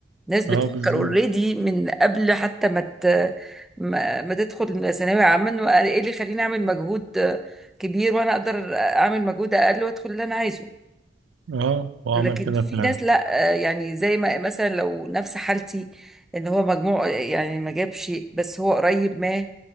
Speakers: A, in the centre; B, on the right (about 85°).
A: ناس بتفكر
B: اه بالظبط
A: اوريدي من قبل حتى ما ت- ما ما تدخل ثانويه عامه إنه ايه اللي يخليني اعمل مجهود كبير وانا اقدر اعمل مجهود اقل وادخل اللي انا عايزه
B: اه هو
A: لكن
B: عمل كده
A: في
B: فعلا
A: ناس لا آه، يعني زي ما مثلا لو نفس حالتي ان هو مجموع يعني ما جابش بس هو قريب ما